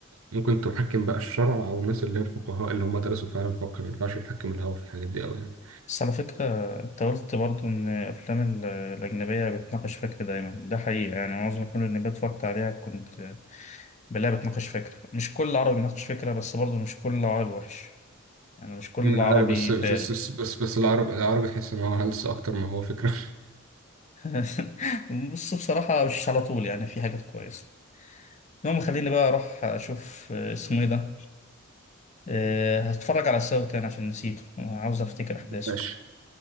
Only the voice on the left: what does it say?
بس على فكرة انت قلت برضه إن الأفلام ال- الأجنبية بتناقش فكرة دايما ده حقيقة يعني معظم الأفلام الأجنبية اتفرجت عليها كنت بلاقيها بتناقش فكرة مش كل عربي بيناقش فكرة بس برضه مش كل عربي وحش يعني مش كل
عربي
فارغ
<laughs> بص بصراحة مش على طول يعني في حاجات كويسة المهم خليني بقى أروح أشوف آه، اسمه إيه ده آه، هتفرج على الساوي تاني عشان نسيته آه، عاوز أفتكر
أحداثه